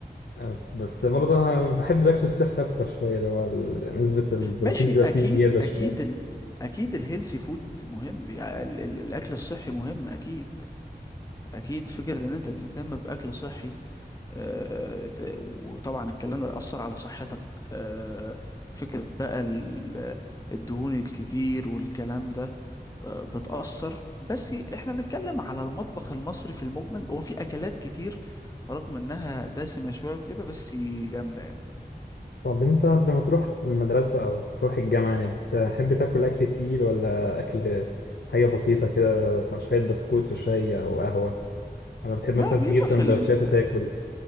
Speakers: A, on the left; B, on the left.
A: آه، بس برضه انا بحب الاكل الصحي اكتر شويه اللي هو ال- نسبه البروتين
B: ماشي
A: بيبقى
B: اكيد
A: فيه زياده شويه
B: اكيد ال... اكيد الهيلثي فود مهم يعني ال... ال- الاكل الصحي مهم اكيد اكيد فكرة ان انت تهتم باكل صحي آه، ت- وطبعا الكلام ده يأثر على صحتك آه، فكرة بقى ال- الدهون الكتير والكلام ده آه، بتأثر بس احنا بنتكلم على المطبخ المصري في المجمل هو في أكلات كتير رغم انها دسمة شوية وكده بس جامدة يعني
A: طب انت قبل ما تروح المدرسه او تروح الجامعه يعني بتحب تاكل اكل تقيل ولا اكل حاجه بسيطه كده شويه بسكوت وشاي او قهوه انا بتحب
B: لا
A: مثلا
B: بيبقى
A: تجيب
B: في
A: سندوتشات
B: ال...
A: وتاكل